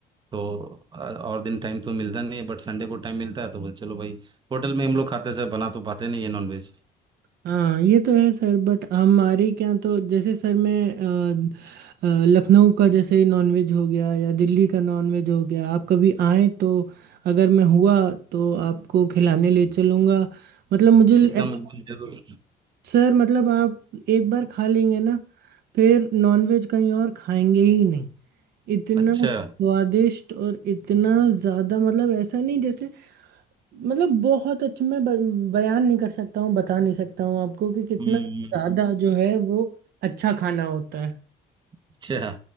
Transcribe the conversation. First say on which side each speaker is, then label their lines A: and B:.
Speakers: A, on the right; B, on the right.
A: तो अ, और दिन टाइम तो मिलता नहीं है बट संडे को टाइम मिलता है तो बोले, चलो भाई होटल में हम लोग खाते से बना तो पाते नहीं है नॉनवेज
B: हाँ ये तो है सर बट हमारे क्या तो जैसे सर मैं अ, अ, लखनऊ का जैसे नॉनवेज हो गया या दिल्ली का नॉनवेज हो गया आप कभी आएँ तो अगर मैं हुआ तो आपको खिलाने ले चलूँगा मतलब मुझे ऐसा
A: एकदम एकदम जरूर
B: सर मतलब आप एक बार खा लेंगे ना फिर नॉनवेज कहीं और खाएंगे ही नहीं इतना
A: अच्छा
B: स्वादिष्ट और इतना ज़्यादा मतलब ऐसा नहीं जैसे मतलब बहुत अच्छे मैं ब- बयान नहीं कर सकता हूँ बता नहीं सकता हूँ आपको कि कितना
A: हम्म
B: ज्यादा जो है वो अच्छा खाना होता है
A: अच्छा